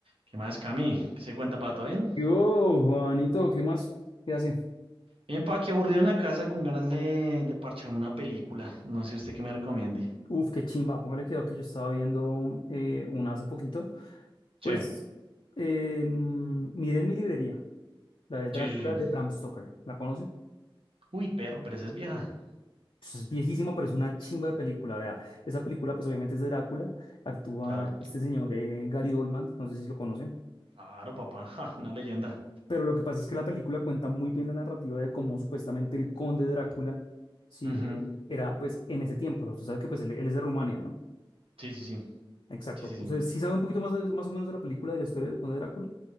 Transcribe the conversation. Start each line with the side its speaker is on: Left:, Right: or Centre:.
Right: ¿Qué más, Cami? ¿Qué se cuenta, Pato? ¿Bien?
Left: Yo, Juanito, ¿qué más? ¿Qué hace?
Right: Bien, pa, aquí aburrido en la casa con ganas de, de parcharme una película. No sé usted qué me recomiende.
Left: Uf, qué chimba. Póngale cuidado que yo estaba viendo eh, una hace poquito.
Right: Sí,
Left: Pues, eh, mm, miren mi librería, la de Drácula
Right: sí, sí, sí.
Left: de Bram Stoker. ¿La conoce?
Right: Uy, perro, pero esa es vieja.
Left: Pues es viejísima, pero es una chimba de película. Vea, esa película, pues obviamente es de Drácula. Actúa
Right: Claro,
Left: este señor eh, Gary Oldman, no sé si lo conocen.
Right: claro, papá. <laughs> ja, una leyenda.
Left: Pero lo que pasa es que la película cuenta muy bien la narrativa de cómo supuestamente el conde Drácula, sí,
Right: Ujú.
Left: era pues en ese tiempo. Usted sabe que pues él, él es de Rumania, ¿no?
Right: Sí, sí, sí,
Left: Exacto.
Right: sí, sí, sí.
Left: ¿Usted sí sabe un poquito más, de- más o menos de la película, de la historia de Conde Drácula?